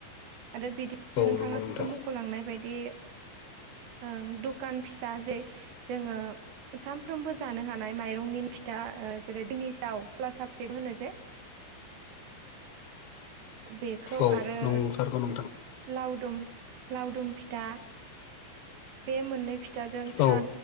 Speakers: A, on the right; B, on the left.
A: आरो बिदिनो
B: औ
A: नोंथाङासो
B: नंगौ नोंथां
A: मख'लांनाय बायदि ओं दखान फिसा जे जोङो सानफ्रोमबो जानो हानाय माइरंनि फिथा जेरै औ क्लास फ्रिबो होनो जे बेखौ
B: औ
A: आरो
B: नंथारगौ नोंथां
A: लावदुम लावदुम फिथा बे मोननै फिथाजों साहा
B: औ